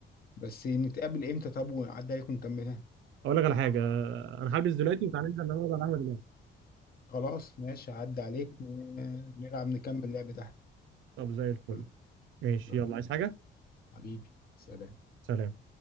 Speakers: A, on the left (about 50°); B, on the right (about 75°).
A: بس نتقابل امتى طب ونعدي عليك ونكملها
B: اقول لك على حاجه انا هلبس دلوقتي وتعالى ننزل نقعد على القهوه دلوقتي
A: خلاص ماشي هعدي عليك ن- نلعب نكمل اللعبه تحت
B: طب زي الفل
A: تمام.
B: ماشي
A: يلا،
B: يلا عايز حاجه
A: حبيبي سلام
B: سلام